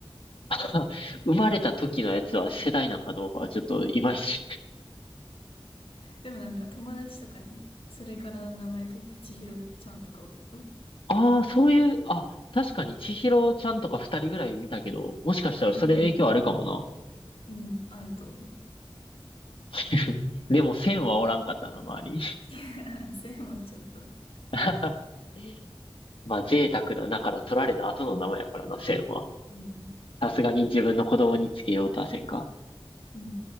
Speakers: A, on the left; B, on the left.
A: <laughs> 生まれた時のやつは世代なんかどうかはちょっといまいち
B: でもなんか友達とかに、それから名前取って千尋ちゃんとかおったよ。
A: ああ、そういう、あ、確かに、千尋ちゃんとか二人ぐらい見たけど、もしかしたらそれ影響あるかもな。
B: うん。うん。あると思う。
A: <laughs> でも、千はおらんかったな、周りに。
B: <laughs> せいはちょっと。
A: <laughs> まあ、贅沢な名から取られた後の名前やからな、千は。
B: うん。
A: さすがに自分の子供につけようとはせんか。
B: うん